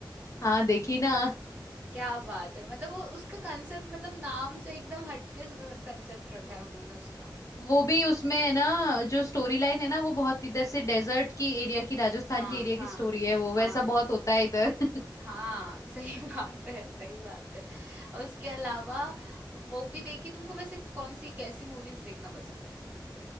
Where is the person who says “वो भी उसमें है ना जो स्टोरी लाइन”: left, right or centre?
Left